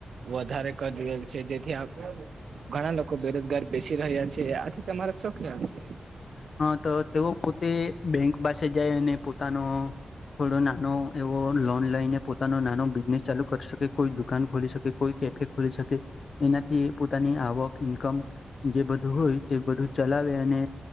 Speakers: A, on the right; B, on the left.
A: વધારે કરી દેલ છે જેથી આ ઘણા લોકો બેરોજગાર બેસી રહ્યા છે આથી તમારા શોખ ક છે
B: હા તો તેઓ પોતે બેંક પાસે જાય અને પોતાનો થોડો નાનો એવો લોન લઈને પોતાનો નાનો બિઝનેસ ચાલુ કરી શકે કોઈ દુકાન ખોલી શકે કોઈ કે ખોલી શકે એનાથી પોતાની આવક ઈન્કમ જે બધું હોય તે બધું ચલાવે અને